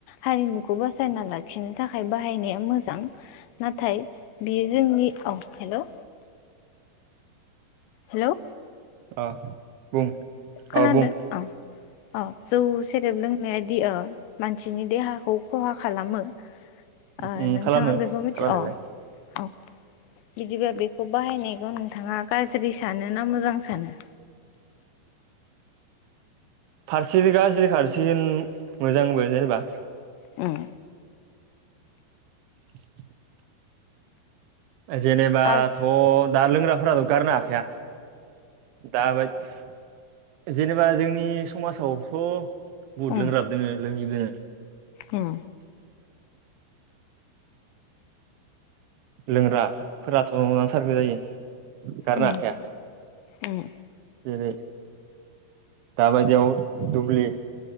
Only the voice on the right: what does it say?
अ बुं।
अ बुं
उम
खालामो
खालामनायालाय
<inaudible> फारसेजों गाज्रि फारसेजोन मोजांबो जेनेबा।
<inaudible> जेनेबाथ'
दा लोंग्राफोराथ' गारनो हाखाया। दाबायद जेनेबा जोंनि समाजावथ' बहुद
लोंग्राबो दोङो लोंङिबो दोङो।
लोंग्राफोराथ' नांथारगो जायो। गारनो
हाखाया
जेरै दाबायदियाव दुब्लि